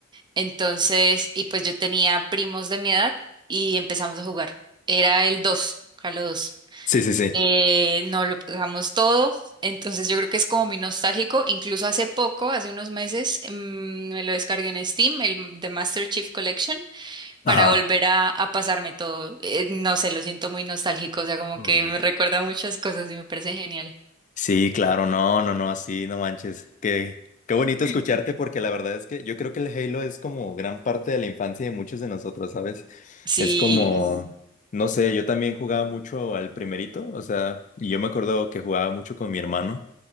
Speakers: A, on the right; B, on the left.
A: Entonces, y pues yo tenía primos de mi edad y empezamos a jugar. Era el 2, Halo 2.
B: Sí, sí, sí.
A: Eh, nos lo pasamos todo, entonces yo creo que es como muy nostálgico. Incluso hace poco, hace unos meses, mm, me lo descargué en Steam, el The Master Chief Collection,
B: Ajá.
A: para volver a, a pasarme todo. Eh, no sé, lo siento muy nostálgico, o sea, como
B: Uy.
A: que me recuerda a muchas cosas y me parece genial.
B: Sí, claro, no, no, no, así, no manches. Qué, qué bonito escucharte porque la verdad es que yo creo que el Halo es como gran parte de la infancia de muchos de nosotros, ¿sabes?
A: Sí.
B: Es como, no sé, yo también jugaba mucho al primerito, o sea, y yo me acuerdo que jugaba mucho con mi hermano.